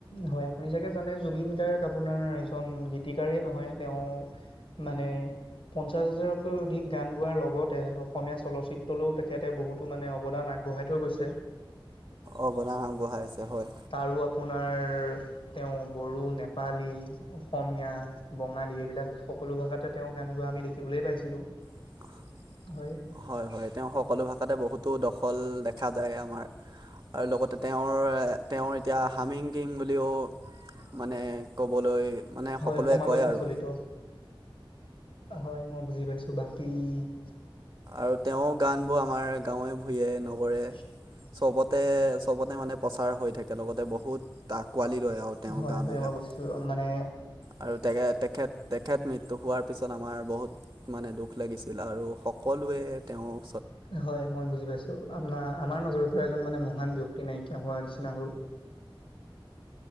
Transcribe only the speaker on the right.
অবদান আগবঢ়াইছে হয়
<inaudible>
হয় হয় তেওঁ সকলো ভাষাতে বহুতো দখল দেখা যায় আমাৰ আৰু লগতে তেওঁৰ তেওঁৰ এতিয়া হামিং কিং বুলিও মানে ক'বলৈ মানে
সকলোৱে
কয়
আৰু
আৰু তেওঁৰ গান বোৰ আমাৰ গাঁৱে ভূঞে নগৰে
চবতে চবতে মানে প্ৰচাৰ হৈ থাকে। লগতে বহুত আঁকোৱালি লয় আৰু তেওঁৰ
গান
বিলাকত।
আৰু তে তেখেত তেখেত মৃত্যু হোৱাৰ পিছত আমাৰ বহুত মানে দুখ লাগিছিল আৰু সকলোৱে তেওঁৰ